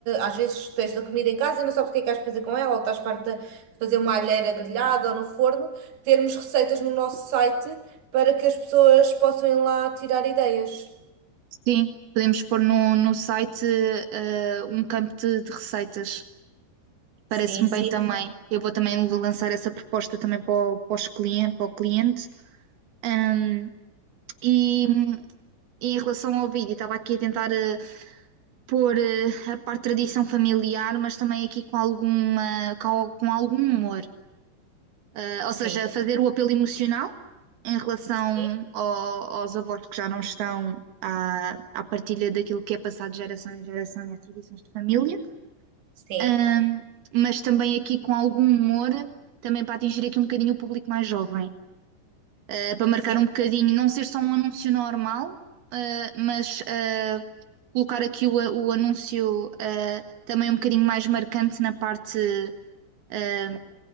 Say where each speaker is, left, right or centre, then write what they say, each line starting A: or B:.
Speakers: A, on the right; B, on the right.
A: às vezes tens da comida em casa e não sabes o que é que has de fazer com ela, ou estás farta de fazer uma alheira grelhada ou no forno. Termos receitas no nosso site para que as pessoas possam ir lá tirar ideias.
B: Sim, podemos pôr no, no site eh, um campo de, de receitas.
A: Sim,
B: Parece-me
A: sim,
B: bem também. Eu vou também vou lançar essa proposta também para o, para os clien- para o cliente. Ahm, e, e em relação ao vídeo, estava aqui a tentar eh, pôr eh, a parte de tradição familiar, mas também aqui com alguma, com, al- com algum humor. Eh, ou
A: sim,
B: seja, fazer o apelo emocional em relação
A: sim,
B: ao- aos avós que já não estão à, à partilha daquilo que é passado de geração em geração e as tradições de família,
A: sim.
B: Ahm, mas também aqui com algum humor, também para atingir aqui um bocadinho o público mais jovem eh, para marcar
A: sim.
B: um bocadinho, não ser só um anúncio normal, eh, mas eh, colocar aqui o, a- o anúncio eh, também um bocadinho mais marcante na parte eh,